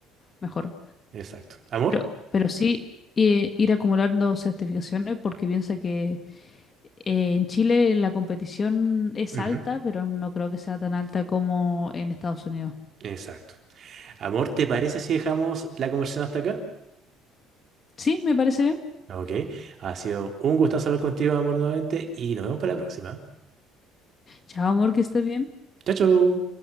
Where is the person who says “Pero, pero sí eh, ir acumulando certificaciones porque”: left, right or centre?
Left